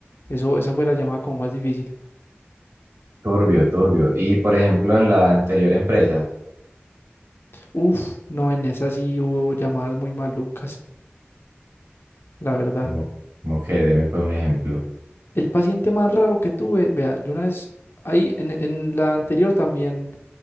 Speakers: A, on the left; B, on the right.
A: Eso, esa fue la llamada como más difícil.
B: turbio, turbio. Y por ejemplo en la anterior empresa,
A: Uf, no, en esa sí hubo llamadas muy malucas, la verdad.
B: como, como que deme pues un ejemplo.
A: El paciente más raro que tuve, vea, yo una vez ahí en, en la anterior también